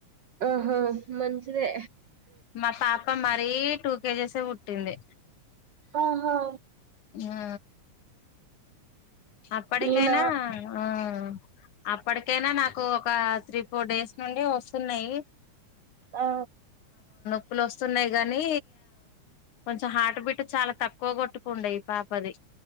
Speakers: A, on the right; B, on the left.
A: ఆహా మంచిదే
B: మా పాప మరీ టూ కేజేసే పుట్టింది
A: ఆ ఆ
B: ఆ అప్పటికైనా
A: ఈయన
B: ఆ అప్పటికైనా నాకు ఒక త్రీ ఫోర్ డేస్ నుండి వస్తున్నాయి
A: ఆ
B: ప్పులు వస్తున్నాయి కాగానీ కొంచెం హార్ట్ బీట్ చాలా తక్కువ కొట్టు పుండే ఈ పాపది